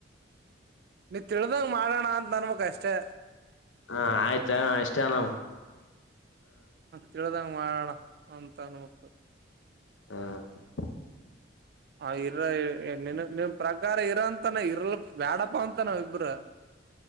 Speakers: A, on the right (about 55°); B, on the left (about 85°).
A: ನೀ ತಿಳ್ದಂಗ ಮಾಡೋಣ ಅಂತ ನನ್ ಬೇಕ್ ಅಷ್ಟೇ
B: ಹಾ ಆಯ್ತಾ ಎಷ್ಟ ನವು
A: ತಿಳಿದಂಗ ಮಾಡೋಣ ಅಂತ ಅನ್ನಬೇಕು
B: <unintelligible>
A: ಹ ಇರ ನಿನ್ ನಿನ್ ಪ್ರಕಾರ ಇರಂತಾನ ಇರಲ್ ಬ್ಯಾಡಪ್ಪ ಅಂತನಾವ ಇಬ್ರ <inaudible>